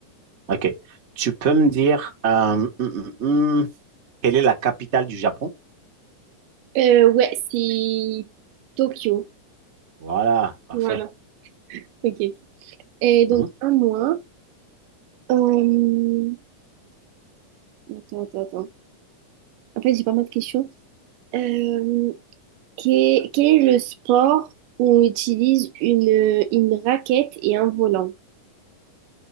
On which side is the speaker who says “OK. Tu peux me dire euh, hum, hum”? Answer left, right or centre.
Right